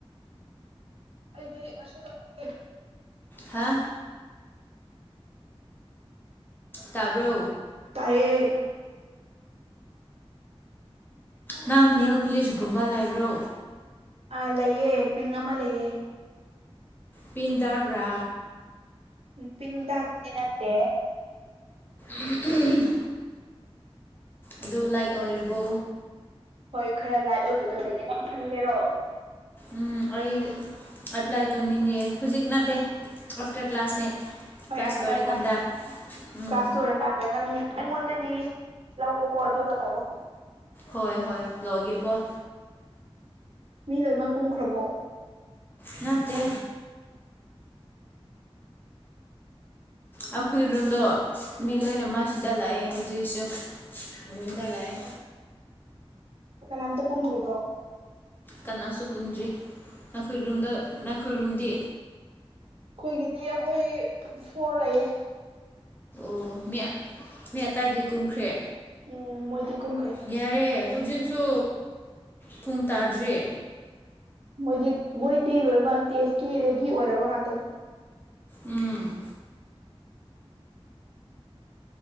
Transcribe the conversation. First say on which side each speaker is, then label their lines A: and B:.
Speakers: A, on the right; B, on the left.
A: ꯑꯩꯗꯤ ꯉꯁꯤ ꯇꯧꯅꯤꯡꯗꯦ
B: ꯍꯥ ꯇꯥꯕ꯭ꯔꯣ
A: ꯇꯥꯏꯌꯦ
B: ꯅꯝ ꯅꯦꯜ ꯄꯨꯂꯤꯁꯒꯨꯝꯕ ꯂꯥꯏꯕ꯭ꯔꯣ
A: ꯑꯥ ꯂꯩꯑꯦ ꯄꯤꯡ ꯑꯃ ꯂꯩꯌꯦ
B: ꯄꯤꯟꯗꯔꯥ
A: ꯅꯨ ꯄꯤꯡꯗꯥꯛꯗꯤ ꯅꯠꯇꯦ
B: ꯎꯝ ꯑꯗꯨ ꯂꯥꯏꯠ ꯑꯣꯏꯔꯕꯣ
A: ꯍꯣꯏ ꯈꯔ ꯂꯥꯏꯠ ꯑꯣꯏꯕꯗꯣ ꯂꯩꯌꯦ ꯅꯪ ꯈꯪꯒꯦꯔꯣ
B: ꯎꯝ ꯑꯩ ꯑꯦꯄ꯭ꯂꯥꯏ ꯇꯧꯅꯤꯡꯉꯦ ꯍꯧꯖꯤꯛ ꯅꯠꯇꯦ ꯑꯥꯐꯇꯔ ꯀ꯭ꯂꯥꯁꯅꯦ
A: ꯍꯣꯏ
B: ꯀ꯭ꯂꯥꯁ
A: ꯑꯥꯐꯇꯔ
B: ꯂꯣꯏꯔꯀꯥꯟꯗ
A: ꯀ꯭ꯂꯥꯁ
B: ꯎꯝ
A: ꯀ꯭ꯂꯥꯁ ꯂꯣꯏꯔꯀꯥꯟꯗ ꯅꯪ ꯅꯉꯣꯟꯗꯒꯤ ꯂꯧ ꯑꯣꯀꯣ ꯑꯗꯨꯨꯒ ꯇꯧ ꯑꯣ
B: ꯍꯣꯏ ꯍꯣꯏ ꯂꯣꯒꯦꯀꯣ
A: ꯃꯤ ꯂꯣꯏꯃꯛ ꯀꯨꯝꯈ꯭ꯔꯕꯣ
B: ꯉꯠꯇꯦ ꯑꯩꯈꯣꯏ ꯔꯨꯝꯗꯣ
A: ꯎꯝ
B: ꯃꯤ ꯂꯣꯏꯅꯃꯛ ꯗ ꯂꯩꯑꯦ ꯍꯧꯖꯤꯛꯁꯨ ꯔꯨꯨꯝꯗ ꯂꯩꯑꯦ
A: ꯑꯣ ꯀꯥꯅꯥꯝꯇ ꯀꯨꯨꯝꯗꯤꯕ꯭ꯔꯣ
B: ꯀꯅꯥꯁꯨ ꯀꯨꯝꯗ꯭ꯔꯤ ꯅꯥꯈꯣꯏꯔꯨꯝꯗ ꯅꯥꯈꯣꯏꯔꯨꯝꯗꯤ
A: ꯑꯗꯨꯒꯤꯗꯤ ꯑꯩꯈꯣꯏ ꯐꯣꯔ ꯂꯩꯌꯦ
B: ꯑꯣ ꯃꯤ ꯃꯤ ꯑꯇꯩꯗꯤ ꯇꯨꯝꯈ꯭ꯔꯦ
A: ꯎꯝ ꯃꯣꯏꯗꯤ ꯀꯨꯝꯈ꯭ꯔꯦ
B: ꯌꯥꯔꯦ ꯍꯧꯖꯤꯛꯁꯨ ꯄꯨꯡ ꯇꯥꯗ꯭ꯔꯤ
A: ꯃꯣꯏꯗꯤ ꯃꯣꯏꯗꯤ ꯂꯣꯏꯅꯃꯛ ꯇꯦꯁꯀꯤ ꯔꯦꯗꯤ ꯑꯣꯏꯔꯕ ꯉꯥꯛꯇꯅꯤ
B: ꯎꯝ